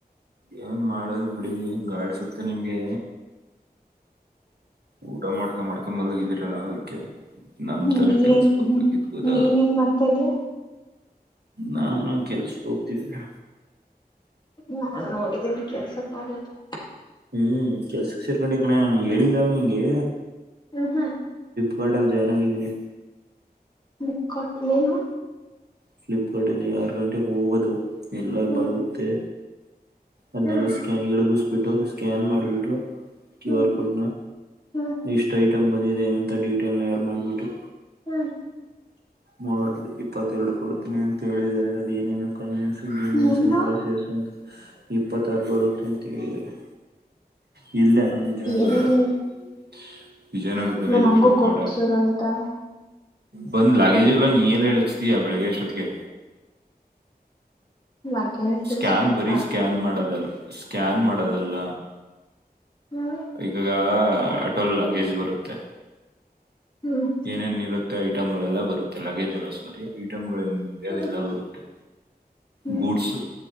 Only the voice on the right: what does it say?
ಏನ್ ಮಾಡದ ಬಿಡಿ ಗಾಡ್ ಸುತ್ತ ನಿಮ್ಗೆ ಊಟ ಮಾಡ್ಕೊಂಡ್ ಮಾಡ್ಕೊಂಡ್ ಮಲಗಿದೀರಾ ಅದಕ್ಕೆ ನಮ್
ತರ
ಕೆಲ್ಸಕ್ ಹೋಗ್ಬೇಕಿದ್ ಗೊತ್ತಾಗಲ್ಲ
ನಾನು ಕೆಲ್ಸ ಹೋಗ್ತಿದ್ದನೆ
ಹ್ಮ್ ಕೆಲ್ಸಕ್ ಸೇರ್ಕೊಂಡೆ ಕಣೆ ನಾನು ಹೇಳಿಲ್ಲಲ್ ನಿಂಗೆ
ಹಟಲ್ ಜೆನಾಗಿದ್ದೀನಿ
ಫ್ಲಿಪ್ಕಾರ್ಟ್ ಅಲ್ಲಿ ಆರು ಗಂಟೆೆಗೆ ಹೋಗೋದು ಎಲ್ಲ
ಬರುಗತ್ತೆ ಅದ್ನೆಲ್ಲಾ
ಸ್ಕ್ಯಾ ಇಳಗಿಸ್ಬಿಟ್ಟು ಸ್ಕ್ಯಾನ್ ಮಾಡ್ಬಿಟ್ಟು ಕ್ಯ
ಆರ್ ಕೋಡ್ ನ
ಇಷ್ಟ್ ಐಟಮ್ ಬಂದಿದೆ ಅಂತ ಡೀಟೇಲ್ ನ ಆಡ್ ಮಾಡ್ಬಿಟ್ಟು
ನೋಡದು ಇಪ್ಪತ್ತೆರಡು ಕೊಡ್ತೀನಿ ಅಂತ ಹೇಳಿದಿದ್ದಾರೆ ಅದ ಏನೇನ ಕನ್ನ್ಸನ್ನ್ನ್ಸನ್
ಎಲ್ಲ ಸೇರಿಸ ಇಪ್ಪತ್ತಾರು ಬರುತ್ತೆ ಅಂತ ಹೇಳಿದ್ದಾರೆ <unintelligible>
ವಿಜಯನಗರದಲ್ಲಿದಲ್ಲಿ
ಶೇಪಕಟ
ಬಂದ್ ಲಾಗೇಜ್ ಎಲ್ಲಾ ನೀ ಎಲ್ಲ ಎಳಕ್ಸ್ತೀಯ ಬೆಳಿಗ್ಗೆ ಎಷ್ಟೊತ್ತಿಗೆ
ಸ್ಕ್ಯಾನ್ ಬರೀ ಸ್ಕ್ಯಾನ್ ಮಾಡದಲ್ಲ ಸ್ಕ್ಯಾನ್ ಮಾಡೋದಲ್ಲ
ಈಗ ಅಟೋಲ್ ಲಗೇಜ್ ಬರುತ್ತೆ
ಏನೇನ್ ಇರುತ್ತೆ ಐಟಮ್ ಗಳೆಲ್ಲಾ ಬರುತ್ತೆ ಅಲ್ಲೆ ಜಲ ಸವರಿ ಐಟಮ್ ಗಳು ಏನ್ ಇದೆ
ಅದೆಲ್ಲ ಬರುತ್ತೆ
ಗೂಡ್ಸು